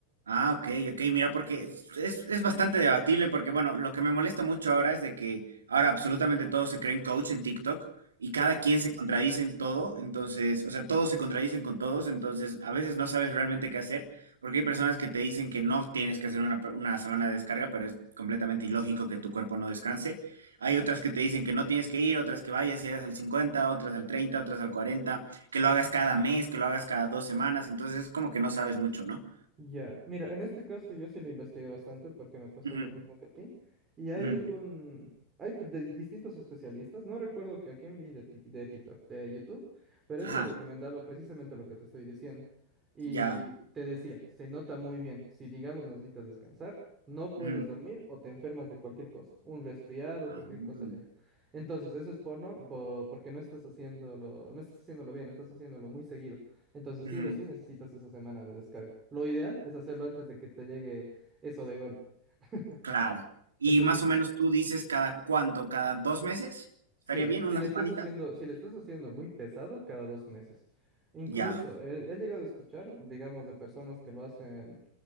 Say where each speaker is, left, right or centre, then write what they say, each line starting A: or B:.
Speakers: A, on the right (about 70°); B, on the right (about 20°).
A: Ah, ok, ok, mira, porque es, es- es bastante debatible, porque bueno, lo que me molesta mucho ahora es de que ahora absolutamente todos se creen coach en TikTok y
B: Sí.
A: cada quien se contradice en todo, entonces, o sea, todos se contradicen con todos, entonces a veces no sabes realmente qué hacer, porque hay personas que te dicen que no tienes que hacer una, pe- una semana de descarga, pero es completamente ilógico que tu cuerpo no descanse. Hay otras que te dicen que no tienes que ir, otras que vayas y hagas al 50, otras al 30, otras al 40, que lo hagas cada mes, que lo hagas cada dos semanas, entonces es como que no sabes mucho, ¿no?
B: Ya, mira, en este caso yo sí lo investigué bastante porque me pasó
A: Ujú.
B: lo mismo que a ti. Y hay
A: Ujú,
B: un, hay pr- de- distintos especialistas, no recuerdo que a quién vi de, Tik- de TikTok, de YouTube, pero este
A: Ajá,
B: recomendaba precisamente lo que te estoy diciendo. Y
A: ya.
B: te decía, se nota muy bien, si digamos necesitas descansar, no puedes
A: ujú,
B: dormir o te enfermas de cualquier cosa, un resfriado,
A: Ah,
B: cualquier
A: mm,
B: cosa llega. Entonces, eso es por no, po- porque no estás haciéndolo, no estás haciéndolo bien, estás haciéndolo muy seguido. Entonces
A: ujú,
B: sí o sí necesitas esa semana de descarga. Lo ideal es hacerlo antes de que te llegue eso de golpe. <laughs>
A: Claro. Y
B: Entonces,
A: más o menos tú dices cada cuánto, cada dos meses.
B: sí,
A: ¿Estaría bien
B: si
A: una
B: le
A: semanita?
B: estás haciendo, si le estás haciendo muy pesado cada dos meses. Incluso
A: Ya.
B: he, he llegado a escuchar, digamos, de personas que lo hacen